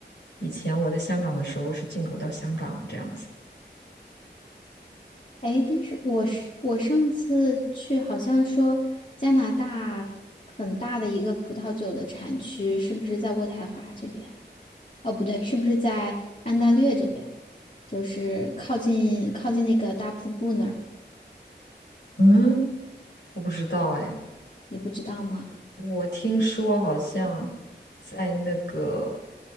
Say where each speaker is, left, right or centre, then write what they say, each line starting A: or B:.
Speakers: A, on the left; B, on the left.
A: 以前我在香港的时候是进口到香港这样子。
B: 哎，但是我是我上次去，好像说加拿大很大的一个葡萄酒的产区，是不是在渥太华这边？哦，不对，是不是在安大略这边？就是靠近靠近那个大瀑布那儿，
A: 嗯，我不知道哎，
B: 你不知道吗？
A: 我听说好像在那个